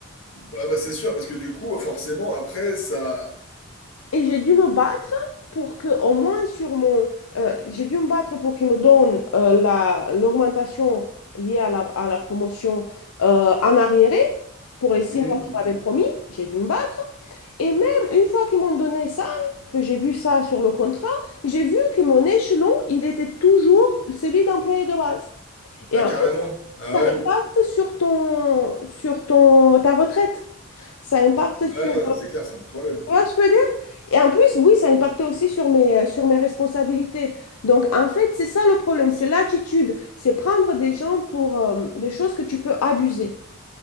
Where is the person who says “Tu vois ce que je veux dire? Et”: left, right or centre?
Left